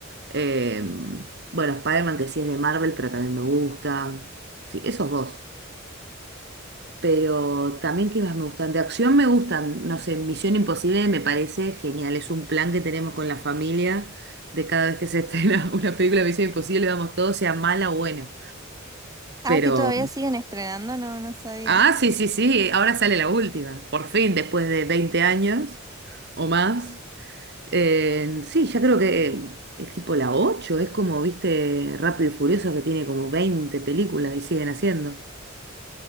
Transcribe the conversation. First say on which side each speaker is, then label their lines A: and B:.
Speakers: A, on the right; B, on the right.
A: em, bueno, Spider-Man que sí es de Marvel, pero también me gusta, sí, esos dos. Pero también, ¿qué más me gustan? De acción me gustan, no sé, Misión Imposible me parece genial, es un plan que tenemos con la familia de cada vez que se estrena <laughs> una película de Misión Imposible, vamos todos, sea mala o buena.
B: Ah,
A: Pero,
B: que todavía siguen estrenando, no, no sabía.
A: ah, sí, sí, sí, ahora sale la última, por fin, después de 20 años o más. Eh, sí, ya creo que eh, es tipo la 8 es como, viste, Rápido y Furioso que tiene como 20 películas y siguen haciendo.